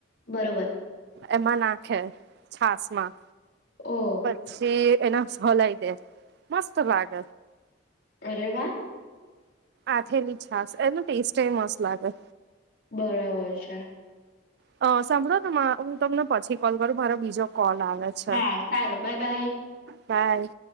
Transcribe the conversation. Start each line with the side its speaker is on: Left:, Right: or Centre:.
Left: બરોબર.
Right: એમાં નાખે છાસ માં.
Left: ઓ
Right: પછી. એના સોલાઈે મસ્ત ભાગ.
Left: અરેવા.
Right: આથેેલી છાસ એનું ટેસ્ટ એ મસ્ત લાગે.
Left: બરાબર છે.
Right: અ સાંભળો ને હું તમને પછી કોલ કરું મારો બીજો. કોલ આવે છે
Left: હા સારું બાય બાય.
Right: બાય.